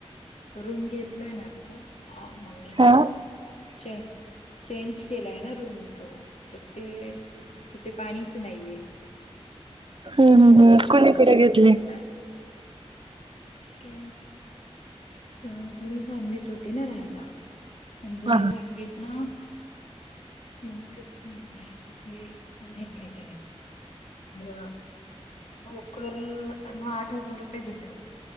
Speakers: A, on the left; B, on the right.
A: रूम घेतलाय ना आता. हा मम्मीने
B: हा
A: चे चेंज केलाय ना रूम. त तर ते तिथे पाणीच नाहीये.
B: हम् हम्
A: बोकरच्या
B: हम कुणिकडे
A: थ्रू
B: घेतलेय.
A: घेतलाय ते जुनी सांगलीतत होती ना राहायला. जुनी
B: हा
A: सांगलीत न. म्हणून कि घेतले तिने. <unintelligible> तर भोकर ना आठ हजार रुपये दिले.